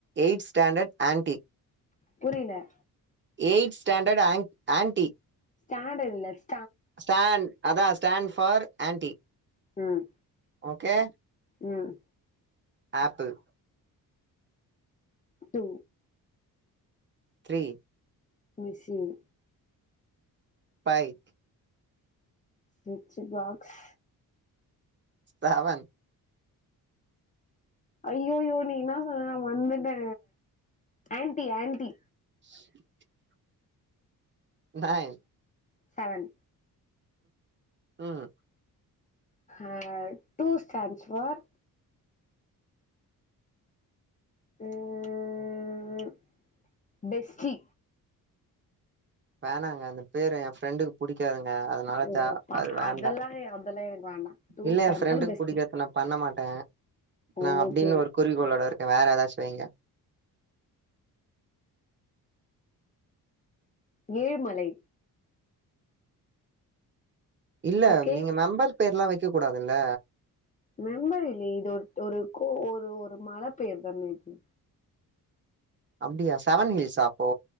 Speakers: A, on the right (about 30°); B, on the left (about 20°).
A: eight standard aunty
B: புரில
A: eight standard on aunty
B: stayed என்லஸ்
A: stand அதா stand for aunty
B: ம்
A: ஓகே
B: ம்
A: ஆப்பிள்
B: டூ
A: த்ரீ
B: மிஷின்
A: பாய்
B: ஸ்விட்ச் பாக்ஸ்
A: சேவன்
B: ஐயோயோ நீ என்ன சொன்ன நா மந்துட்டே ஆன்டி ஆன்டி
A: <inaudible> நைன்
B: செவன்
A: ம்
B: ஆ டூ ஸ்டான்ஸ் ஃபார் ம்ம்ம்ம்ம் பெஸ்சி
A: வேணாங்க அந்த பேரு ஏ ஃப்ரெண்டுக்கு புடிக்காதுங்க அது நாள
B: ஓ
A: தே
B: பா
A: அது வேண்டா
B: அதெல்லா அதெல்லா எனக்கு வேண்டா டூ
A: இல்ல
B: ஸ்டாண்ட்ஸ்
A: எ ஃப்ரெண்டுக்கு
B: ஃபார் பெஸ்டி
A: பிடிக்கதுன பண்ண மாட்டே நா
B: ஓகே
A: அப்டின்னு ஒரு குறிக்கோளோட இருக்கே வேற எதாச்சு‌ வைங்க
B: ஏழுமலை
A: இல்ல
B: ஓகே
A: நீங்க மெம்பர் பேர்ல்லா வக்க கூடாதுல்ல
B: மெம்பர் இல்லியே இது ஒரு ஒரு கோ ஒரு ஒரு மல பெயரு தான இது
A: அப்டியா செவன் ஹில்ஸா அப்போ